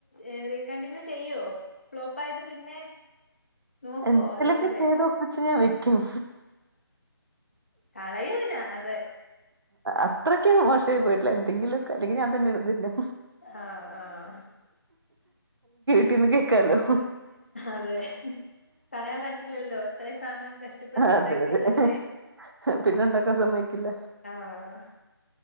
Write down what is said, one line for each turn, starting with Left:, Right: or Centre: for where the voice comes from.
Left: ഇ റീകണ്ടിന്യു ചെയ്യൂവോ ഫ്ലോപ്പായത് പിന്നെ നോക്കുവോ
Right: എന്തെങ്കലൊക്കെ
Left: അതേപോലെ
Right: ചെയ്ത് ഒപ്പിച്ച് ഞാൻ വെക്കും
Left: കളയുല അതേ
Right: അത്രയ്ക്കും മോശമായി പോയിട്ടില്ല എന്തെങ്കിലും ഒക്കെ അല്ലെങ്കീ ഞാൻ തന്നെ എടുത്ത് തിന്നും
Left: ആഹ് ആഹ്
Right: പിന്ന കേക്കാലോ
Left: അതെ കളയാൻ പറ്റില്ലല്ലോ ഇത്രയും സാധനം കഷ്ടപ്പെട്ട്
Right: അതെ
Left: ഉണ്ടാക്കിയതല്ലേ
Right: അതെ പിന്നെ ഉണ്ടാക്കാൻ സമ്മക്കുല
Left: ആഹ്